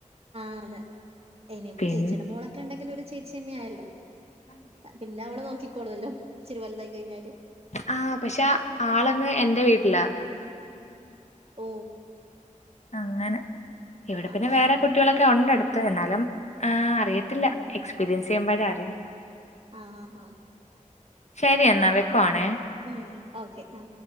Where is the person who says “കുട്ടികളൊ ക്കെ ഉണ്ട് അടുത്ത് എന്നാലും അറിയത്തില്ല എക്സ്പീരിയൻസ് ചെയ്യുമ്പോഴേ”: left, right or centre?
Left